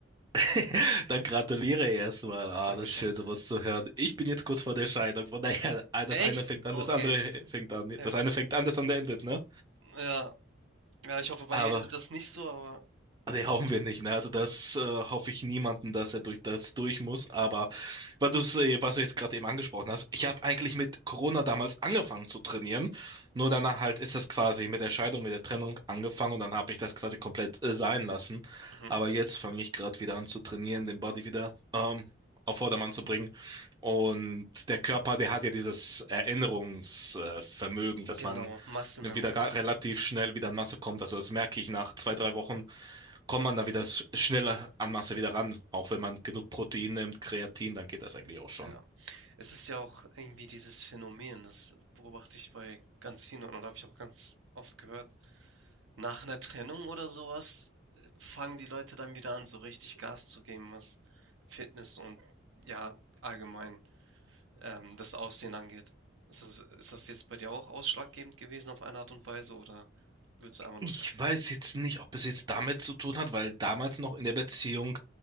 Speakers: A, on the right; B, on the right.
A: <laughs> Dann gratuliere erstmal. Ah,
B: Dankeschön.
A: das ist schön, sowas zu hören. Ich bin jetzt kurz vor der Scheidung. Von daher, ah, das
B: Echt?
A: eine fängt
B: Okay,
A: an, das andere fängt an.
B: heftig.
A: Das eine fängt an, das andere endet, ne?
B: Ja, ja, ich hoffe, bei
A: Aber
B: mir endet das nicht so, aber
A: Ah, Nee, hoffen wir nicht, ne? Also das äh, hoffe ich niemanden, dass er durch das durch muss. Aber weil du äh, was du jetzt gerade eben angesprochen hast, ich habe eigentlich mit Corona damals angefangen zu trainieren. Nur danach halt ist das quasi mit der Scheidung, mit der Trennung angefangen und dann habe ich das quasi komplett äh, sein lassen.
B: mhm,
A: Aber jetzt fange ich gerade wieder an zu trainieren, den Body wieder ähm, auf Vordermann zu bringen. Und der Körper, der hat ja dieses Erinnerungsvermögen, äh, Vermögen, dass
B: genau,
A: man
B: Muscle
A: wieder
B: Memory,
A: ga- relativ schnell wieder in Masse kommt. Also das merke ich nach zwei, drei Wochen kommt man da wieder sch- schneller an Masse wieder ran. Auch wenn man genug Protein nimmt, Kreatin, dann geht das eigentlich auch schon.
B: ja. Es ist ja auch irgendwie dieses Phänomen, das beobachte ich bei ganz vielen Leuten oder habe ich auch ganz oft gehört. Nach einer Trennung oder sowas äh, fangen die Leute dann wieder an, so richtig Gas zu geben, was Fitness und ja, allgemein ähm, das Aussehen angeht. Ist das, ist das jetzt bei dir auch ausschlaggebend gewesen auf eine Art und Weise oder würdest du einfach nur
A: Ich
B: fit sein?
A: weiß jetzt nicht, ob es jetzt damit zu tun hat, weil damals noch in der Beziehung,